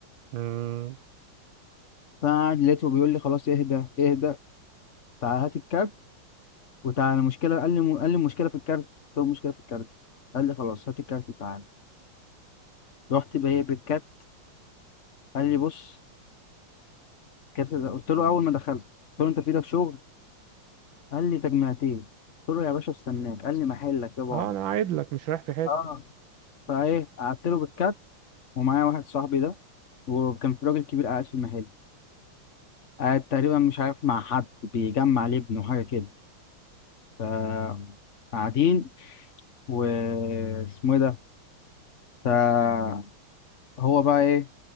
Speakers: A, on the right; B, on the left.
A: مم.
B: فانا قاعد لقيته بيقول لي خلاص اهدى اهدى تعال هات الكارت وتعالى المشكله قال لي قال لي المشكله في الكارت قلت له المشكله في الكارت قال لي خلاص هات الكارت وتعالى رحت بجيب الكارت قال لي بص الكارت ده قلت له اول ما دخلت قلت له انت في ايدك شغل قال لي تجميعتين قلت له يا باشا استناك قال لي محلك يا بابا
A: اه انا عايد لك مش رايح في حته
B: اه فايه قعدت له بالكارت ومعايا واحد صاحبي ده وكان في راجل كبير قاعد في المحل قاعد تقريبا مش عارف مع حد بيجمع لابنه حاجة كده ف قاعدين و اسمه إيه ده فهو بقى ايه